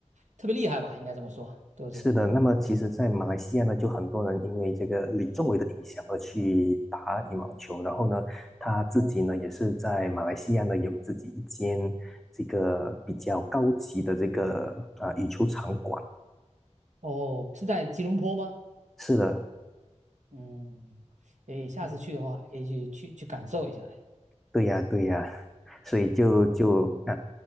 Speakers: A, on the right; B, in the centre.
A: 特别厉害吧，应该这么说，对不对？
B: 是的。那么其实，在马来西亚呢，就很多人因为这个李宗伟的影响而去打羽毛球，然后呢，他自己呢也是在马来西亚呢有自己一间这个比较高级的这个啊、
A: 嗯，
B: 羽球场馆。
A: 哦，是在吉隆坡吗？
B: 是的，
A: 嗯，诶，下次去的话还可以去去去感受一下。
B: 嗯，对呀对呀，所以就就啊，